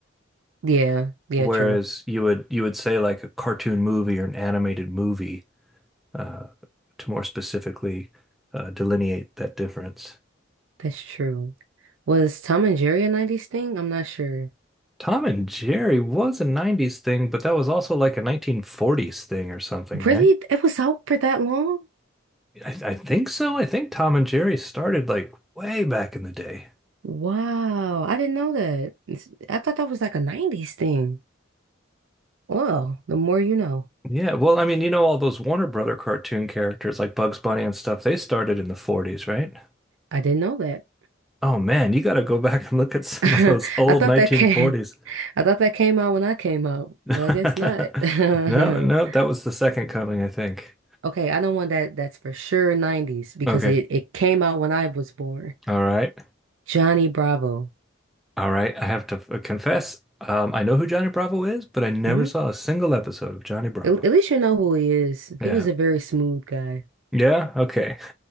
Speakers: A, on the right; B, in the centre.
A: yeah, yeah,
B: Whereas
A: true.
B: you would you would say like a cartoon movie or an animated movie uh, to more specifically uh, delineate that difference.
A: That's true. Was Tom and Jerry a 90s thing? I'm not sure.
B: Tom and Jerry was a 90s thing, but that was also like a 1940s thing or something, right?
A: Really? It was out for that long?
B: I, I think so. I think Tom and Jerry started like way back in the day.
A: Wow, I didn't know that. It's- I thought that was like a 90s thing. Well, the more you know.
B: Yeah, well, I mean, you know, all those Warner Brother cartoon characters like Bugs Bunny and stuff, they started in the 40s, right?
A: I didn't know that.
B: Oh man, you got to go back and look at
A: <laughs>
B: some
A: I
B: of those old
A: thought
B: 1940s.
A: that came <laughs> I thought that came out when I came out,
B: <laughs>
A: but I guess not. <laughs>
B: No, no, that was the second coming, I think.
A: Okay, I know one that that's for sure 90s because
B: Okay.
A: it, it came out when I was born.
B: All right.
A: Johnny Bravo.
B: All right, I have to f- uh, confess, um, I know who Johnny Bravo is, but I never
A: hmm
B: saw a single episode of Johnny Bravo.
A: At, at least you know who he is.
B: Yeah.
A: He was a very smooth guy.
B: Yeah, okay. <laughs>